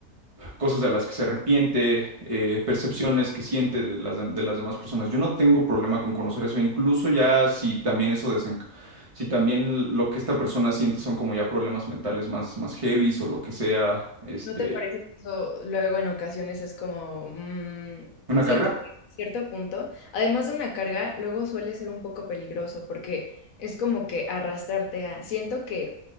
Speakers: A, on the right; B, on the left.
A: cosas de las que se arrepiente, eh, percepciones que siente de las, de, de las demás personas. Yo no tengo problema con conocer eso, incluso ya si también eso desen- si también lo que esta persona siente son como ya problemas mentales más, más heavies o lo que sea, este,
B: ¿No te parece que eso luego en ocasiones es como, mm,
A: una
B: siento
A: carga.
B: que en cierto punto, además de una carga, luego suele ser un poco peligroso porque es como que arrastrarte a, siento que